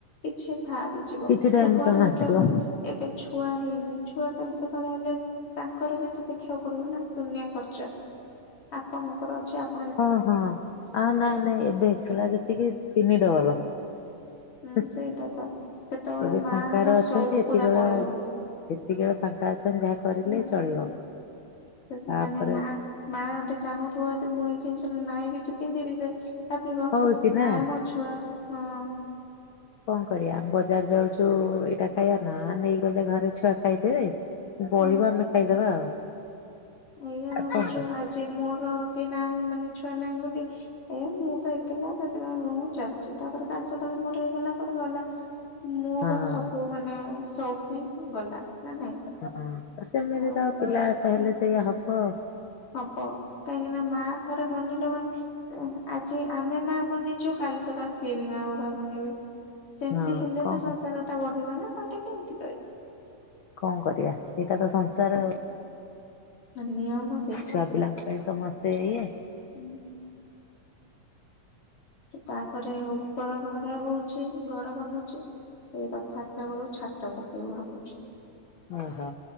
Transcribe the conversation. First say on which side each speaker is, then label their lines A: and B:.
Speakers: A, on the left; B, on the left.
A: କିଛି ବାହାରିଯିବ
B: କିଛିଟା
A: ସବୁଆଡୁ
B: ଇନକମ୍
A: ଦେଖିବାକୁ
B: ଆସିଯିବ
A: ପଡୁଛି ଏବେ ଛୁଆ ହେଇନି, ଛୁଆ କାଲି ସକାଳେ ହେଲେ ତାଙ୍କର ବି ତ ଦେଖିବାକୁ ପଡିବ ନା। ଦୁନିଆ ଖର୍ଚ ଆପଣଙ୍କର ଅଛି ଜବ
B: ହଁ ହଁ ଆ ନାଇଁ ନାଇଁ ଏବେ ହେଇଥିଲା ଯେତିକି ତିନି ଡବଲ।
A: ହୁଁ
B: ଏବେ
A: ସେଇଟା ତ ସେତେବେଳେ ମା
B: ଫାଙ୍କାରେ
A: ର
B: ଅଛନ୍ତି
A: ସଉକ
B: ଏତିକିବେଳା
A: ପୁରା ପଳେଇବ
B: ଏତିକି ବେଳା ଫାଙ୍କା ଅଛନ୍ତି ଯାହା କରିଲେ
A: ହୁଁ
B: ଚଳିବ।
A: ସେ ସେ
B: ତାପରେ
A: ମାନେ ମାଁ ମାଁ ଗୋଟେ ଚାହୁଁଥିବ ଯଦି ମୁଁ ଏଇ ଜିନିଷ ନାଇଁ ପିନ୍ଧିବି ସେ କପିବ
B: ହଉଛି ନା
A: ନାଁ ମୋ ଛୁଆ, ହଁ।
B: କଣ କରିବା ବ ବଜାର ଯାଉଛୁ, ଏଇଟା ଖାଇବା ନା ନେଇଗଲେ ଘରେ ଛୁଆ ଖାଇଦେବେବବଳିବ
A: ହୁଁ
B: ଆମେ ଖାଇଦବା ଆଉ।
A: ଏଇଆ ଭାବୁଛୁ
B: ଆଉ କଣ କରିବା।
A: ଆଜି ମୋର କି ନା ମାନେ ଛୁଆ ନାହିଁ ବୋଲି ଏ ମୁଁ ତ ଏକଲା ସେଥିପାଇଁ ମୁଁ ଚାଲିଛି ତାପରେ କାଲି ସକାଳେ ମୋର ହେଇଗଲା ପରେ ଗଲା ମୋର
B: ହଁ
A: ସବୁ ମାନେ ସୋଉକ ବି ଗଲା ନା ନାଇଁ?
B: ହଁ ସେମିତି
A: ଆଉ
B: ତ ପିଲାତ
A: ହୁଁ,
B: ହେଲେ ସେଇଆ ହବ।
A: ହବ କାହିଁକି ନା ମା ଥରେ ବନିଲ ମାନେ ଆଜି ଆମେ ମା ବନିଛୁ କାଲି ସକାଳ ସିଏ ବି ମା ବାପା ବନିବେ। ସେମିତି
B: ହଁ
A: ହେଲେ
B: କଣ
A: ତ ସଂସାରଟା ବଢିବ ନା ନହେଲେ କେମିତି ରହିବ?
B: କଣ କରିବା ସେଇଟା ତ ସଂସାର
A: ହଁ,
B: ଆଉ,
A: ନିୟମ
B: ଛୁଆ ପିଲାଙ୍କୁ ପାଇଁ ସମସ୍ତେ ଇଏ,
A: ହୁଁ ତାପରେ ଉପର ଘରେ ହଉଛି, ଘର ବନୁଛି। ଏ ରଥ ଯାତ୍ରାବେଳକୁ ଛାତ ପକେଇବୁ ଭାବୁଛୁ।
B: ଓହୋ